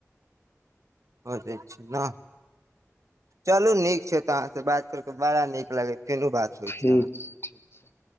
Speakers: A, on the right; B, on the left.
A: भर देय छी न चलू नीक छै तऽ अहाँ से बात करके बड़ा नीक लागे फेरू बात होइ
B: ठीक
A: अहाँ
B: छै ठीक छै